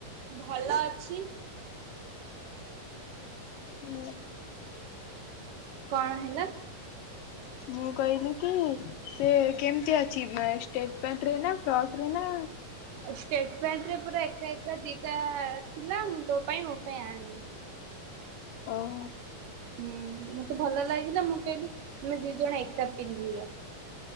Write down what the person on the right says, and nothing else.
ଭଲ ଅଛି।
କଣ ହେଲା?
ଷ୍ଟେଟ ପ୍ୟାଣ୍ଟ ରେ ପୁରା ଏକା ଏକା ଦିଟା ଥିଲା ମୁଁ ତୋ ପାଇଁ ମୋ ପାଇଁ ଆଣିଲି।
ହୁଁ ମତେ ଭଲ ଲାଗିଲା ମୁଁ କେହିଲି ଆମେ ଦି ଜଣ ଏକା ପିନ୍ଧିବା।